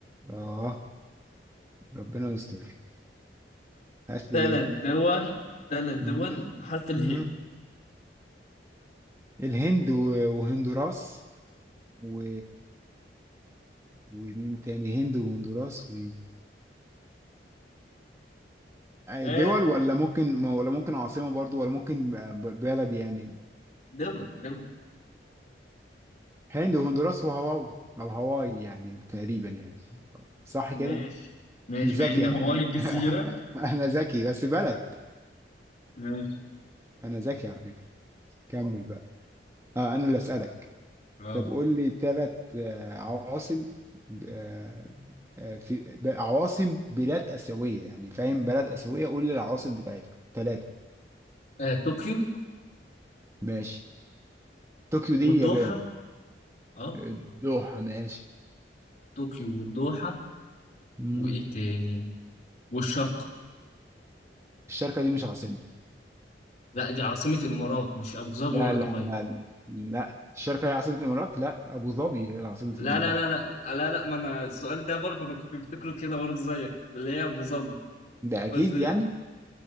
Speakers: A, on the right; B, on the left.
A: آه ربنا يستر هات
B: ثلاث
A: لي إيه
B: دول ثلاث دول
A: مم.
B: بحرف اله
A: مم. الهند و- وهندوراس و ومين تاني هند وهندوراس و...
B: آه
A: دول ولا ممكن ولا ممكن عاصمة برضو ولا ممكن ب- بلد يعني
B: دول دول
A: هند وهندوراس وهاواي او هاواي يعني تقريبا يعني صح
B: ماشي
A: كده
B: ماشي
A: <laughs> ذكي
B: مع ان
A: يعني.
B: هواي
A: انا
B: الجزيرة
A: <laughs> انا ذكي بس بلد
B: ماشي
A: انا ذكي على فكرة كمل بقى آه انا اللي اسالك
B: اه
A: طب قول لي ثلاث عواصم آه، آه، في ب- عواصم بلاد اسيوية يعني فاهم بلد اسيوية قول لي العواصم بتاعتها ثلاثة
B: آه، طوكيو
A: ماشي طوكيو دي
B: والدوحة
A: اليابان
B: اه
A: الدوحة ماشي
B: طوكيو والدوحة
A: مم.
B: وايه تاني والشرق
A: الشركة دي مش عاصمة
B: لا دي عاصمة الامارات مش ابو ظبي
A: لا
B: ولا
A: لا
B: دبي
A: لا لا الشركة هي عاصمة الإمارات لا أبو ظبي هي عاصمة
B: لا
A: الإمارات
B: لا لا لا لا لا ما انا السؤال ده برضه انا كنت مفتكره كده برضه زيك اللي هي ابو ظبي
A: ده
B: بس
A: أكيد يعني